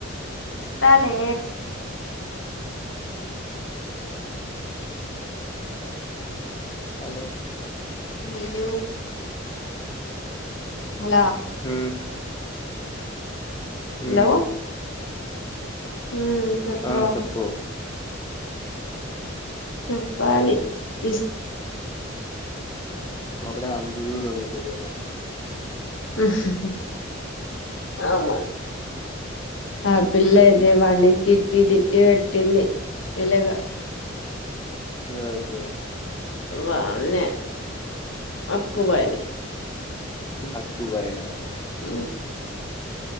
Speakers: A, on the left; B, on the left.
A: ఇస్తాలే
B: హలో
A: నేను హలో
B: ఉ ఉ
A: హలో ఉమ్ చెప్పురా
B: ఆ చెప్పు
A: చెప్పాలి ఇస్
B: ఒకడా అంత దూరం ఎందుకు వెళ్ళ
A: అ హ్ ఆమ ఆ పిల్ల ఇదే వాన్ని తిట్టి తిట్టి వెట్టింది విలగా
B: ఎవర్ని
A: వాన్నే అక్కుబని
B: ఆక్కు బయనా
A: ఆ